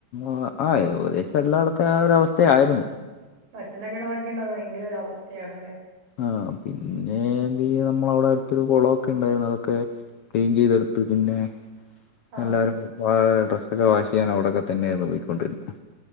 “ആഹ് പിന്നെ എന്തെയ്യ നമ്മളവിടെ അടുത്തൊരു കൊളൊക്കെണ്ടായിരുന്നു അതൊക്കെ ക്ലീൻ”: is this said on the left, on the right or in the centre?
Left